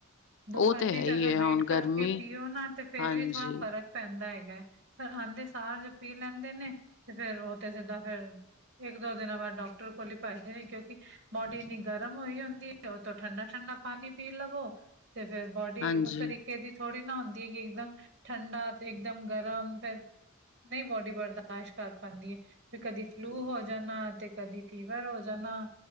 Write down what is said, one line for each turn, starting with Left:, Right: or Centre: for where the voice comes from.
Right: ਦੋ-ਪੰਜ
Left: ਉਹ ਤੇ
Right: ਮਿੰਟ
Left: ਹੈ ਹੀ
Right: ਅਗਰ
Left: ਹੈ
Right: ਵੇਟ
Left: ਹੁਣ ਗਰਮੀ
Right: ਕਰਕੇ ਪੀਓ, ਨਾ ਤੇ ਫੇਰ
Left: ਹਾਂਜੀ,
Right: ਵੀ ਥੋੜਾ ਫਰਕ ਫਰਕ ਪੈਂਦਾ ਹੈਗਾ, ਪਰ ਆਉਂਦੇ ਸਾਰ ਜੋ ਪੀ ਲੈਂਦੇ ਨੇ ਤੇ ਫੇਰ ਉਹ ਤੇ ਸਿੱਧਾ ਫੇਰ ਇੱਕ ਦੋ ਦਿਨਾਂ ਬਾਅਦ ਡਾਕਟਰ ਕੋਲ ਹੀ ਭੱਜਦੇ ਨੇ ਕਿਉਂਕਿ, ਬੋਡੀ ਇੰਨੀ ਗਰਮ ਹੋਈ ਹੁੰਦੀ ਹੈ। ਉਹ ਤੋਂ ਠੰਡਾ-ਠੰਡਾ ਪਾਣੀ ਪੀ ਲਵੋ। ਤੇ ਫੇਰ, ਬੋਡੀ
Left: ਹਾਂਜੀ,
Right: ਉਸ ਤਰੀਕੇ ਦੀ ਥੋੜੀ ਨਾ ਹੁੰਦੀ। ਇੱਕਦਮ ਠੰਡਾ ਇੱਕਦਮ ਗਰਮ ਫੇਰ, ਨਹੀਂ, ਬੋਡੀ ਬਰਦਾਸ਼ਤ ਕਰ ਪਾਉਂਦੀ ਹੈ। ਵੀ ਕਦੀ ਫਲੂ ਹੋ ਜਾਣਾ, ਤੇ ਕਦੀ ਫੀਵਰ ਹੋ ਜਾਣਾ।